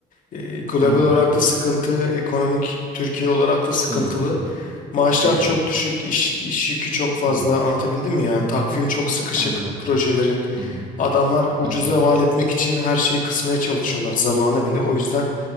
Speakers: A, on the left (about 50°); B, on the right (about 25°).
A: Ee, global
B: Hı hı.
A: olarak da sıkıntı ekonomik Türkiye olarak da sıkıntılı
B: Hı hı.
A: maaşlar
B: Hı.
A: çok düşük iş, iş yükü çok fazla
B: hmm.
A: anlatabildim mi yani takvim çok sıkışık
B: Anladım.
A: projelerin
B: Hı hı.
A: adamlar ucuza
B: Hı hı.
A: mal etmek için her şeyi kısmaya çalışıyorlar zamanı bile o yüzden